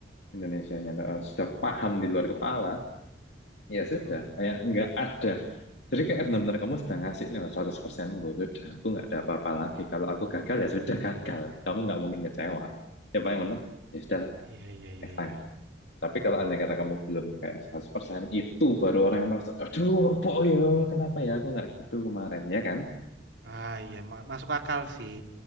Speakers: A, on the left (about 75°); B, on the right (about 85°).
A: Indonesianya eh, sudah paham di luar kepala, ya
B: mhm.
A: sudah, kayak nggak ada. Jadi kayak benar-benar kamu sudah ngasih nih 100% gue, sudah, aku nggak ada apa-apa lagi. Kalau aku gagal ya sudah gagal, kamu nggak mungkin kecewa. Ya paling benar, ya sudah lah,
B: Iya iya iya
A: next time.
B: iya.
A: Tapi kalau andai kata kamu belum kayak 100%, itu baru orang yang merasa, aduh, boyo, kenapa ya aku nggak gitu kemarin, ya kan?
B: Ah, iya ma masuk akal sih.